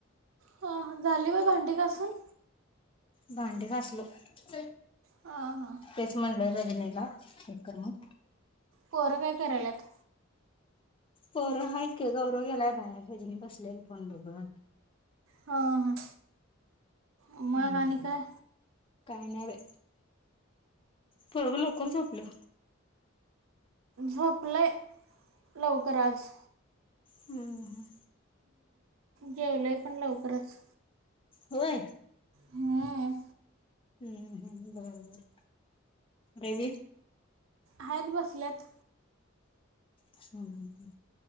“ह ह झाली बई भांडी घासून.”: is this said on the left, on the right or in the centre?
Right